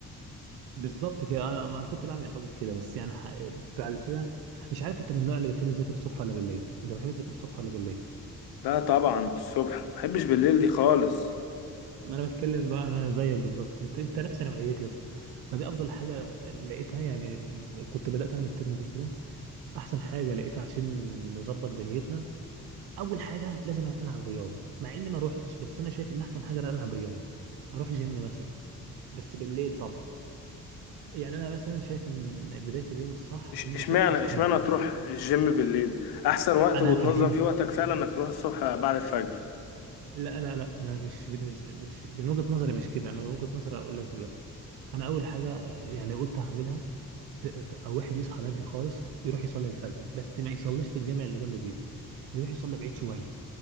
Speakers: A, on the right; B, on the left.
A: بالظبط كده انا ما انا كنت بعمل الاول كده بس يعني ح- بعد كده مش عارف انت من النوع اللي بتحب تذاكر الصبح ولا بالليل انت بتحب تذاكر الصبح ولا بالليل
B: لا طبعا الصبح محبش بالليل دي خالص
A: انا بتكلم بقى انا زيك بالظبط انت انت نفس نوعيتي يا اسطى فدي افضل حاجه لقيتها يعني كنت بدات انا من الترم دي كده احسن حاجه لقيتها عشان نظبط دنيتنا اول حاجه لازم العب رياضه مع اني ما روحتش بس انا شايف ان احسن حاجه العب رياضه اروح جيم مثلا بس بالليل طبعا يعني انا مثلا شايف ان بدايه اليوم الصح
B: إش-
A: ان انت
B: اشمعنى
A: ت- تصحى
B: اشمعنى
A: الجيم.
B: تروح الجيم بالليل أحسن وقت
A: انا
B: وتنظم
A: هفهمك
B: فيه وقتك فعلا إنك تروح الصبح بعد الفجر
A: لا لا لا أنا مش بالنز... مش من وجهة نظري مش كده انا من وجهة نظري اقول لك دلوقتي انا اول حاجة آه، يعني قلت هعملها ت... ت- او واحد يصحى بدري خالص يروح يصلي الفجر بس ما يصليش في الجامع اللي جنب بيته يروح يصلي بعيد شوية